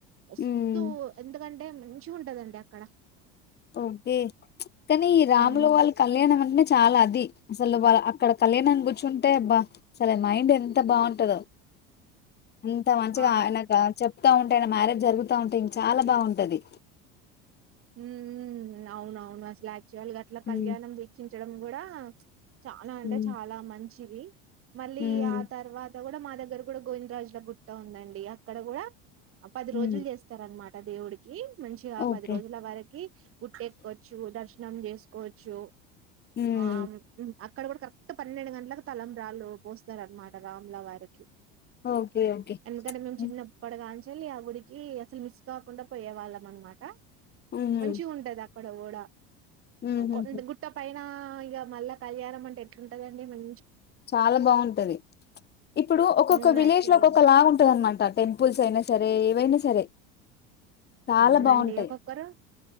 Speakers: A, on the right (about 45°); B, on the left (about 35°).
A: వస్తూ
B: హ్మ్
A: ఎందుకంటే అంటే మంచి గుంటదండి అక్కడ
B: ఓకే కానీ ఈ రాములు
A: హ్మ్
B: వాళ్ళ కళ్యాణం అంటనే చాలా అది అసలు వాళ్ళ అక్కడ కళ్యాణ్ కూర్చుంటే అబ్బా అసలు మైండ్ ఎంత బాగుంటదో అంత మంచిగా
A: ఆ
B: ఆయనకు చెప్తా ఉంటా అన మ్యారేజ్ జరుగుతా ఉంటే ఇం చాలా బాగుంటది
A: ఉ అవునవును అసలా అట్ల
B: హ్మ్
A: కళ్యాణం దీక్షించ చిడం గుడా చాలా అంటే
B: హ్మ్
A: చాలా మంచి చిరి మళ్ళీ
B: హ్మ్
A: ఆ తర్వాత అడ కూడా మా దగ్గర కూడా గోవిందరాజుల గుట్ట ఉందండి అక్కడ కూడా పది
B: హ్మ్
A: రోజులు చేస్తార అనమాట దేవుడికి మంచిగా ఆ
B: ఓకే.
A: పది రోజుల వరకి గుట్టెక్కెచ్చు దర్శ నం చేసుకోవచ్చు
B: హ్మ్.
A: ఆ మ అక్కడ కూడా కరెక్ట్ పన్నెండు గంటలలకు తలంబ్రాళ్ళు పోస్తార అనమాట రామ్లా వారికి
B: ఓకే. ఓకే.
A: ఎందుకంటే మేము
B: హ్మ్.
A: చిన్నప్పడిగాంచి లీ ఆ గుడికి అసలు మిస్ కాకుండా పోయే వాళ్ళం అనమాట
B: హుహు.
A: మంచి ఉంటదా పడవోడా
B: హుహుహు.
A: అ గొంది గుట్ట పై ఆ ఇగ మల్ల కళ్యాణం అంటే ఎట్లుంటదండి మం
B: చాలా బాగుంటది ఇప్పుడు ఒక్కొక్క
A: ఉమ్
B: విలేజ్
A: యాక్చువల్
B: లో ఒక్కొక్క లా ఉంటది అనమాట ట టెంపుల్స్ అయినా సరే ఏవైనా సరే చాలా
A: అవునండి
B: బావుంటాయి.
A: ఒక్కొక్కరు